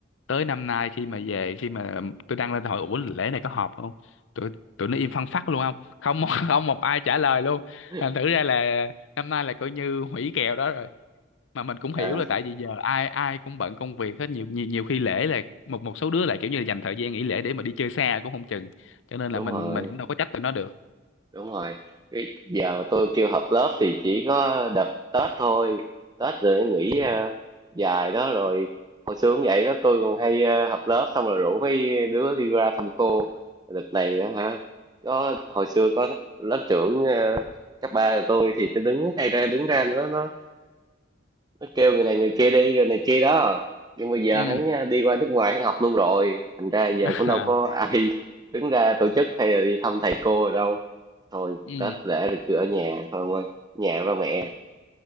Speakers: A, on the left (about 65°); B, on the right (about 20°).
A: tới năm nay khi mà về khi mà tôi đăng lên hỏi ủa lễ này có họp không tụi tụi nó im phăng phắc luôn không không một- <laughs> không một ai trả lời luôn
B: Ừ.
A: thành thử ra là năm nay là coi như hủy kèo đó rồi mà mình cũng
B: à,
A: hiểu là tại vì giờ ai ai cũng bận công việc hết nhiều nhiều nhiều khi lễ là một một số đứa lại kiểu như là dành thời gian nghỉ lễ để mà đi chơi xa cũng không chừng cho nên
B: đúng
A: là mình
B: rồi
A: mình cũng đâu có trách tụi nó được
B: Đúng rồi, cái giờ mà tôi kêu họp lớp thì chỉ có đợt Tết thôi, Tết rồi nghỉ
A: ừ
B: ờ, dài đó rồi hồi xưa cũng vậy đó tôi còn hay ờ, họp lớp xong rồi rủ mấy đứa đi ra thăm cô đợt này đó hả có hồi xưa có lớp trưởng ờ, cấp ba của tôi thì tôi đứng hay ra đứng ra nó nó nó kêu người này người kia đi rồi này kia đó nhưng bây giờ
A: ừ
B: hắn à, đi qua nước ngoài hắn học luôn rồi thành ra giờ
A: <laughs>
B: cũng đâu có ai <laughs> đứng ra tổ chức hay là đi thăm thầy cô rồi đâu thôi
A: ừ
B: Tết lễ thì cứ ở nhà thôi ông ơi nhà ba mẹ